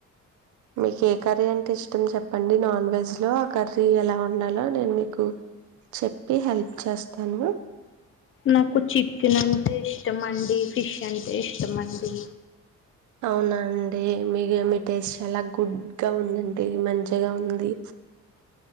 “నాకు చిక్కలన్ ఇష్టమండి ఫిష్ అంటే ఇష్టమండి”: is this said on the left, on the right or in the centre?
Left